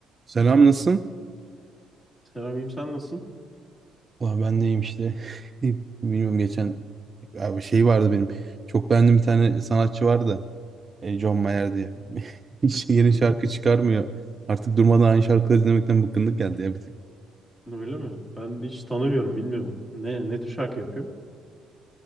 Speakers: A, on the right; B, on the left.
A: Selam nasılsın?
B: Selamim sen nasılsın?
A: Valla ben de iyiyim işte. <laughs> Bilmiyorum geçen abi şey vardı benim. Çok beğendiğim bir tane sanatçı vardı da. e, John Mayer diye. <laughs> Hiç yeni
B: Hı hı.
A: şarkı çıkarmıyor. Artık durmadan aynı şarkıları dinlemekten bıkkınlık geldi ya bir tık.
B: Öyle mi? Ben hiç tanımıyorum, bilmiyorum. Ne ne tür şarkı yapıyor?